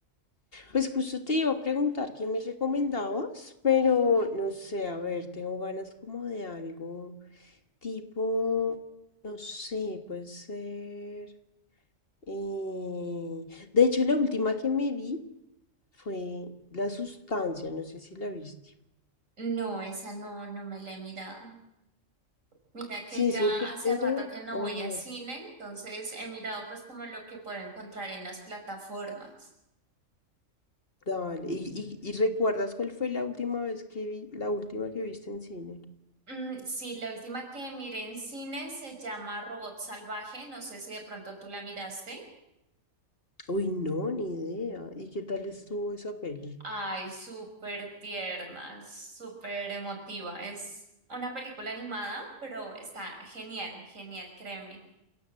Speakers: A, on the left; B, on the right.
A: Pues justo te iba a preguntar qué me recomendabas, pero no sé, a ver, tengo ganas como de algo tipo, no sé, puede ser... eh, De hecho, la última que me vi fue La Sustancia, no sé si la viste.
B: No, esa no, no me la he mirado. Mira que
A: Sí,
B: ya
A: es un género.
B: hace rato que no
A: Ajá.
B: voy a cine, entonces he mirado pues como lo que puedo encontrar en las plataformas.
A: Dale. ¿Y, y, y recuerdas cuál fue la última vez que vi, la última que viste en cine?
B: Mm, sí, la última que miré en cine se llama Robot Salvaje. No sé si de pronto tú la miraste.
A: Uy, no, ni idea. ¿Y qué tal estuvo esa peli?
B: Ay, súper tierna, súper emotiva. Es una película animada, pero está genial, genial, créeme.